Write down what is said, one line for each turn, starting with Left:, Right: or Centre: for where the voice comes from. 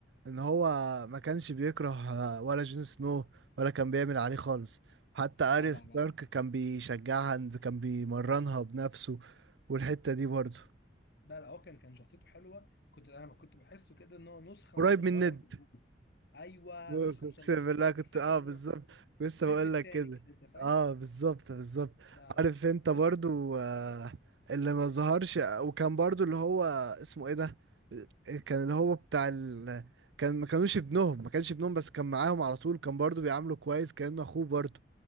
Right: ان هو ما كانش بيكره ولا جون سنو ولا كان بيعمل عليه خالص حتى اريا
Left: لا لا
Right: ستارك
Left: لا
Right: كان بيشجعها كان بيمرنها بنفسه والحتة دي برضو
Left: لا لا هو كان كان شخصيته حلوه كنت انا كنت بحسه كده ان هو نسخه
Right: قريب
Left: مصغره
Right: من ند
Left: من ابوه ايوه
Right: اقسم
Left: نسخه مصغره كده
Right: بالله
Left: من
Right: كنت
Left: تحس
Right: اه
Left: ان
Right: بالظبط
Left: هو
Right: لسه
Left: ند
Right: بقول
Left: التاني
Right: لك كده
Left: كده انت فاهم
Right: اه بالظبط بالظبط
Left: لا لا
Right: عارف انت برضو
Left: بص
Right: آه اللي ما ظهرش وكان برضو اللي هو اسمه ايه ده كان اللي هو بتاع ال... كان ما كانوش ابنهم ما كانش ابنهم بس كان معاهم على طول كان برضو بيعامله كويس كأنه اخوه برضو